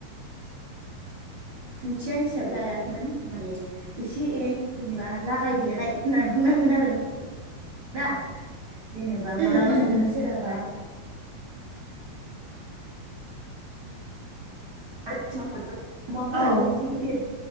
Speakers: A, on the right; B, on the right.
A: खुन्थिया हिसाब लायाखैमोन माने एसे एनै जेनेबा लागाय देरनाय होननानै बुंनांगोन आरो ना जेनेबा
B: उम
A: मालाबा
B: उम
A: जोंहा
B: उम
A: सोरहाबा <unintelligible> अमाफोराथ'
B: औ उम
A: एसे गिदिर